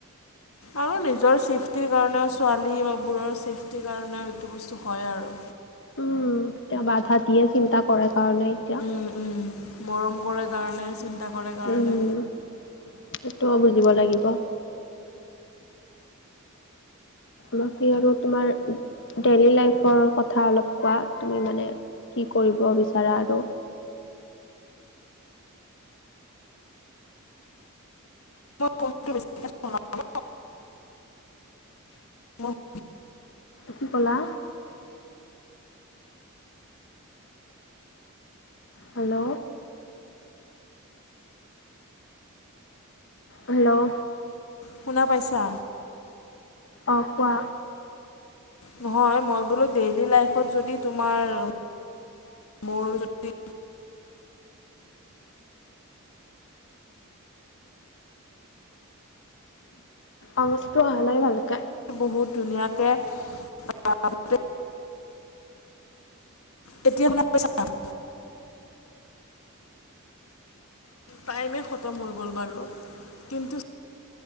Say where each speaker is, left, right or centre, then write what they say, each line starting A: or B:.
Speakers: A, on the left; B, on the left.
A: আৰু নিজৰ চেফটিৰ কাৰণেও ছোৱালী <unintelligible> বোৰৰ চেফটিৰ কাৰণেও এইটো বস্তু হয় আৰু।
B: উম। এতিয়া বাধা দিয়ে, চিন্তা কৰে কাৰণে এতিয়া।
A: উ, উম। মৰম কৰে কাৰণে, চিন্তা কৰে কাৰণে।
B: উম, সেইটোও বুজিব লাগিব। বাকী আৰু তোমাৰ ডেইলি লাইফৰ কথা অলপ কোৱা, তুমি মানে কি কৰিব বিচাৰা আৰু
A: মই ফোনটো বেছিকে চলাও মই
B: কি ক'লা? হেল্ল'। হেল্ল'
A: শুনা পাইছা?
B: অ' কোৱা
A: নহয় মই বোলো ডেইলি লাইফত যদি তোমাৰ, মোৰ যদি
B: অৱাজ টো অহা নাই ভালকে।
A: বহুত ধুনীয়াকে <unintelligible> এ এতিয়া আপোনক <unintelligible> টাইমে খতম হৈ গ'ল বাৰু কিন্তু